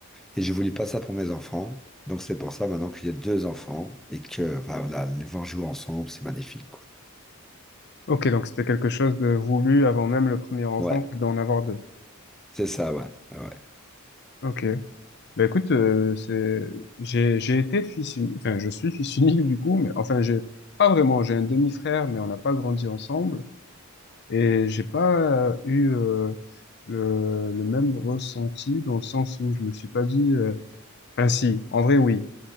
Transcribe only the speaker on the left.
Ok, donc c'était quelque chose de voulu avant même le premier enfant
que d'en avoir deux.
Ok. Ben écoute, euh, c'est, j'ai, j'ai été fils unique, enfin, je suis fils unique du coup, mais enfin, j'ai pas vraiment, j'ai un demi-frère, mais on n'a pas grandi ensemble, et j'ai pas euh, eu euh, le, le même ressenti dans le sens où je me suis pas dit, euh... enfin si, en vrai oui,